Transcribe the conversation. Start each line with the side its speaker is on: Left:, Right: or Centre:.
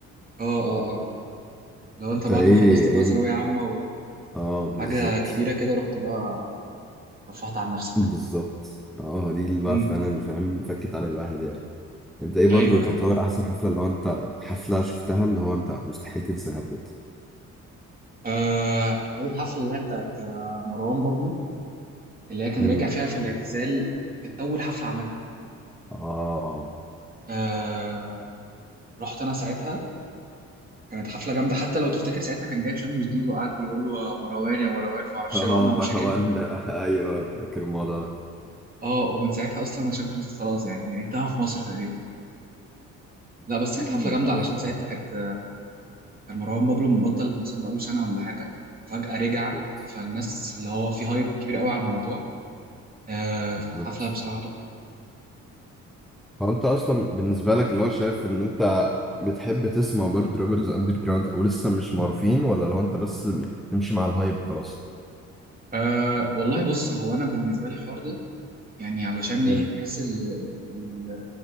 Right: اه اه اه لو انت
Centre: انت
Right: بعد
Centre: ايه
Right: ما خلصت
Centre: ايه
Right: بقى ثانويه
Centre: ال-
Right: عامه
Centre: اه بالظبط
Right: وحاجه كبيره كده رحت بقى رفعت عن نفسك
Centre: بالظبط اه دي اللي بقى
Right: امم
Centre: فعلا اللي فاهم فكت على الواحد يعني انت ايه برضو
Right: ايوه
Centre: تعتبر
Right: ايوه
Centre: احسن حفلة اللي هو انت حفلة شفتها اللي هو انت مستحيل تنساها بجد
Right: آه هل الحفله اللي هي بتاعت آه، مروان بابلو اللي هي كان
Centre: امم
Right: راجع فيها في الاعتزال كانت اول حفله عملها
Centre: اه
Right: آه رحت انا ساعتها كانت حفله جامده حتى لو تفتكر ساعتها كان جايب شاب جديد وقعد يقول له يا مروان يا مروان ما اعرفش
Centre: اه
Right: ايه وعمل مشاكل
Centre: مروان <laughs> ايوه فاكر الموضوع ده
Right: اه ومن ساعتها اصلا ما شابت خلاص يعني انتهى في مصر تقريبا لا بس
Centre: <laughs>
Right: كانت حفله جامده علشان ساعتها كانت كان مروان بابلو مبطل مثلا بقاله سنه ولا حاجه فجاه رجع
Centre: بالظبط
Right: فالناس اللي هو في هايب كبير قوي على الموضوع آه فكانت
Centre: بالظبط
Right: حفله بصراحه تحفه
Centre: هو انت اصلا بالنسبة لك اللي هو شايف ان انت بتحب تسمع برضه رابرز اندر جراوند او لسه مش معروفين ولا لو انت بس تمشي مع الهايب وخلاص
Right: آه والله بص هو انا بالنسبه لي الحوار ده يعني علشان ايه
Centre: امم
Right: بحس ال ال